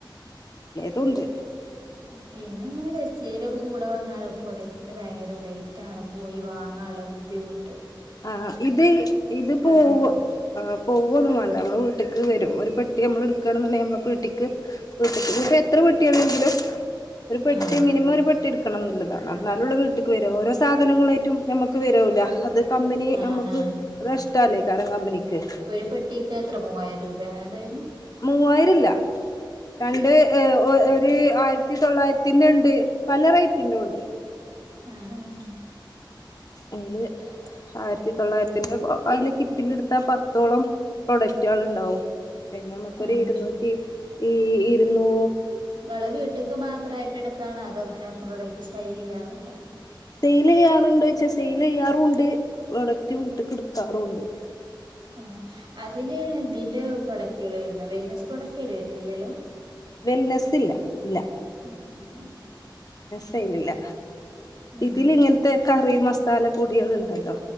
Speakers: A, on the left (about 50°); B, on the right (about 75°).
A: ദുണ്ട്
B: പിന്നെങ്ങനെ ക ചെയിൻ്റെക്കെ കൂടെ വന്നാൽ പ്രൊഡക്റ്റിൻന് ഭയങ്കര റേറ്റ് ആണ് പോയി വാങ്ങാള്ള ബുദ്ധിമു
A: ആ ഇതെയ് ഇത് പോവ
B: നിന്ന്
A: ആ പോവൊന്നും വാണ്ട നമ്മളെ വീ ട്ടിക്ക് വരും ഒരു പെട്ടി നമ്മളെടുക്കുകയാണെന്നുണ്ടെങ്കി നമ്മളെ പീട്ടിക്ക് വീട്ട്ക്ക് ഇപ്പ എത്ര പെട്ടിയാണെങ്കിലും ഒരു പെട്ടി
B: ആഹ്
A: മിനിമം ഒരു പെട്ടി എടുക്ക ക്കണം എന്നുള്ളതാണ് അന്നാലൊള്ളു വീട്ട്ക്ക് വരാ ഓരോ സാധനങ്ങളേറ്റും നമ്മക്ക് വെരൂല അത് കമ്പനി
B: ആഹ്
A: നമുക്ക്
B: ആഹ്
A: അത് നഷ്ടാല്ലേ കാരം കമ്പനിക്ക് ക്ക്
B: ഒരു പെട്ടിക്ക് എത്ര മൂവായിരം രൂപ അങ്ങനെ എന്താ വരുന്നെ
A: മൂവായിരല്ല രണ്ട്‌ ഏ ഒ ത് ആയിരത്തി തൊള്ളായിരത്തിന്റെണ്ട് പല റേറ്റിന്റുണ്ട്
B: ആഹ് ആഹ്
A: അയില് ആയിരത്തി തൊള്ളായിരത്തിന്റെ അയില് കിറ്റിലെട്ത്താ പത്തോളം പ്രൊഡക്റ്റാള്ണ്ടാവും എന്ന നമുക്കൊരു
B: ആഹ്
A: ഇരുന്നൂറ്റി ഈ ഇരുന്നൂ
B: ഇങ്ങള് വീട്ട്ക്ക് മാത്രയി എടുക്കണോ അതോ അങ്ങനെ പ്രോഡക്റ്റ് സെയില് ചെയ്യാറുണ്ടോ
A: സെയില് ചെയ്യാറുണ്ടോ ചോയിച്ചാ സെയില് ചെയ്യാറുണ്ട് പ്രൊഡക്റ്റ് വീട്ട്ക്ക് ഇട്ക്കാറുണ്ട് ഉം
B: ആഹ് അതില് ഇതിന്റെ പ്രൊഡക്റ്റുകൾ വരുന്ന വെൽനെസ് പ്രൊഡക്റ്റ് അയില് വരുന്നില്ലാലോ
A: വെൽനെസ് ഇല്ല ഇല്ല
B: ആഹ് ആഹ്
A: സെയിലില്ല
B: ഉം
A: ഇതിലിങ്ങനത്തെ കറി മസാല പൊടികൾ ഇണ്ടല്ലോ